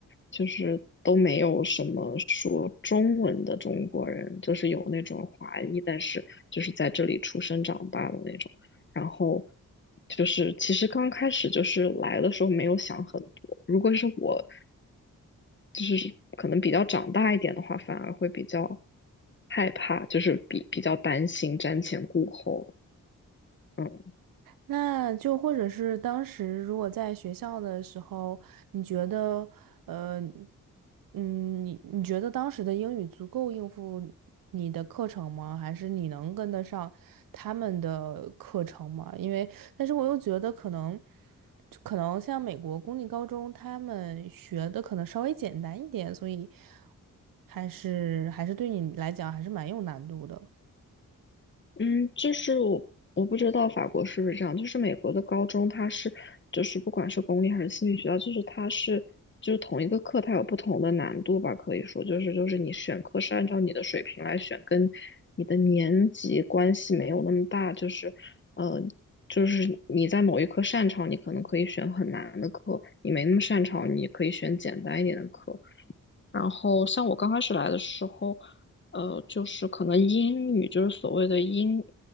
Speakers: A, on the left; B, on the right.
A: 就是都没有什么说中文的中国人，就是有那种华裔，但是就是在这里出生长大的那种。然后就是其实刚开始就是来的时候没有想很多，如果是我，就是可能比较长大一点的话，反而会比较害怕，就是比比较担心瞻前顾后。嗯。
B: 那就或者是当时如果在学校的时候，你觉得，呃，嗯，你你觉得当时的英语足够应付你的课程吗？还是你能跟得上他们的课程吗？因为，但是我又觉得可能，可能像美国公立高中，他们学的可能稍微简单一点，所以还是还是对你来讲还是蛮有难度的。
A: 嗯，就是我我不知道法国是不是这样，就是美国的高中它是就是不管是公立还是私立学校，就是它是就是同一个课它有不同的难度吧，可以说就是就是你选课是按照你的水平来选，跟你的年级关系没有那么大，就是呃就是你在某一科擅长，你可能可以选很难的课；你没那么擅长，你可以选简单一点的课。然后像我刚开始来的时候，呃，就是可能英语就是所谓的英